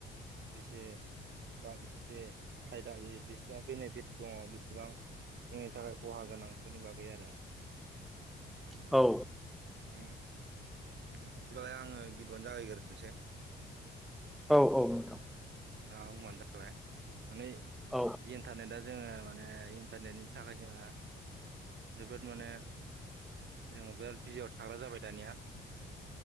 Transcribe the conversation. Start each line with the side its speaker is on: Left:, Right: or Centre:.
Right: बेसे बा एसे फायदा बेसेबां बेनिफिट दङ बेसेबां जोंनि थाखाय खहा गोनांफोरनि बागै आरो
Centre: औ
Right: उम बि बिदिबालाय आङो गिबियावनो जागायगोरनोसै
Centre: औ औ नोंथां
Right: नोंथाङा बुंबानो जाबाय माने
Centre: औ
Right: इन्टारनेटआ जोङो माने इन टारनेटनि थाखाय जोंहा जोबोद माने जोङो बेराद बिजियाव थाग्रा जाबाय दानिया